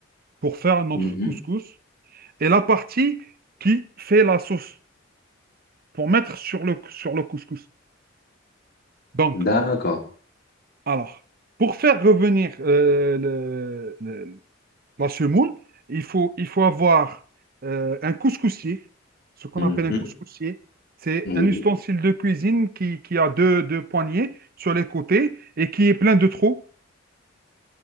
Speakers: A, on the right; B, on the left.
A: pour faire notre
B: mhm.
A: couscous et la partie qui fait la sauce pour mettre sur le, sur le couscous. Donc,
B: D'accord.
A: alors, pour faire revenir euh, le, le- La semoule, il faut, il faut avoir euh, un couscoussier, ce qu'on
B: Mhm,
A: appelle un couscoussier. C'est
B: Oui.
A: un ustensile de cuisine qui, qui a deux, deux poignées sur les côtés et qui est plein de trous.